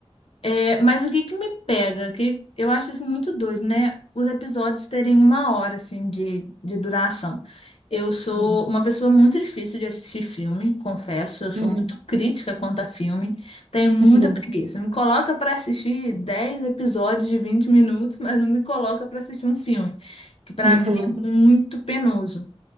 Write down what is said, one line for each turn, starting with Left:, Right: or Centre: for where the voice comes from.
Left: É, mas o que que me pega, que eu acho isso muito doido, né? Os episódios terem uma hora, assim, de, de duração. Eu sou
Right: Uhum.
Left: uma pessoa muito difícil de assistir filme, confesso. Eu sou
Right: Uhum.
Left: muito crítica quanto a filme. Tenho muita
Right: Uhum.
Left: preguiça. Me coloca para assistir 10 episódios de 20 minutos, mas não me coloca para assistir um filme, que para
Right: Uhum.
Left: mim é muito penoso.